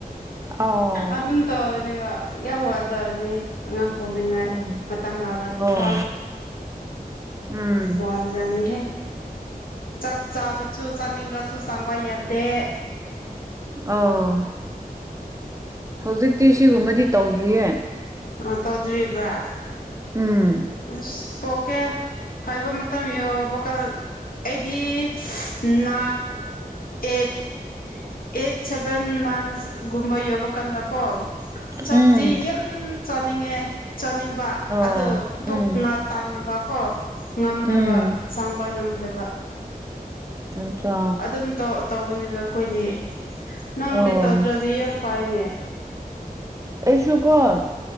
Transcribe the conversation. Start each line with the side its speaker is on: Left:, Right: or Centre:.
Right: ꯑꯣ
Left: ꯑꯗꯨꯝ ꯇꯧꯔꯅꯦꯕ ꯌꯥꯝ ꯋꯥꯖꯔꯅꯤ ꯑꯉꯥꯡ ꯄꯣꯛꯅꯤꯡꯉꯥꯏ
Right: ꯎꯝ
Left: ꯃꯇꯝ ꯌꯧꯔꯛꯑꯗꯤꯀꯣ
Right: ꯑꯣ ꯎꯝ
Left: ꯋꯥꯕ ꯖꯥꯠꯅꯤꯍꯦ ꯆꯥꯛ ꯆꯥꯕꯁꯨ ꯆꯥꯅꯤꯡꯗ꯭ꯔꯁꯨ ꯆꯪꯕ ꯌꯥꯗꯦ
Right: ꯑꯣ ꯍꯧꯖꯤꯛꯇꯤ ꯁꯤꯒꯨꯝꯕꯗꯤ ꯇꯧꯗ꯭ꯔꯤꯌꯦ
Left: ꯑꯣ ꯇꯧꯗ꯭ꯔꯤꯕ꯭ꯔꯥ
Right: ꯎꯝ
Left: ꯑꯁ ꯄꯣꯛꯀꯦ ꯍꯥꯏꯕ ꯃꯇꯝ ꯌꯧꯕ ꯀꯥꯟ ꯑꯩꯗꯤ ꯅꯥꯏꯟ ꯑꯦꯠ ꯑꯩꯠ ꯁꯦꯚꯦꯟ ꯃꯥꯟꯁꯒꯨꯝꯕ ꯌꯧꯕ ꯀꯥꯟꯗꯀꯣ ꯆꯥꯛꯗꯤ
Right: ꯎꯝ
Left: ꯌꯥꯝ ꯆꯥꯅꯤꯡꯉꯦ ꯆꯥꯅꯤꯡꯕ
Right: ꯑꯣ
Left: ꯑꯗꯨ ꯄꯨꯛꯅ
Right: ꯎꯝ
Left: ꯇꯟꯕ ꯀꯣ ꯉꯝꯗꯕ
Right: ꯎꯝ
Left: ꯆꯡꯕ ꯉꯝꯗꯕ
Right: ꯑꯆꯥ
Left: ꯑꯗꯨꯝ ꯇꯧ ꯇꯧꯕꯅꯦꯕ ꯑꯩꯈꯣꯏꯗꯤ ꯅꯪꯗꯤ
Right: ꯑꯣ
Left: ꯇꯧꯗ꯭ꯔꯗꯤ ꯌꯥꯝ ꯐꯥꯏꯌꯦꯅꯦ
Right: ꯑꯩꯁꯨ ꯀꯣꯟ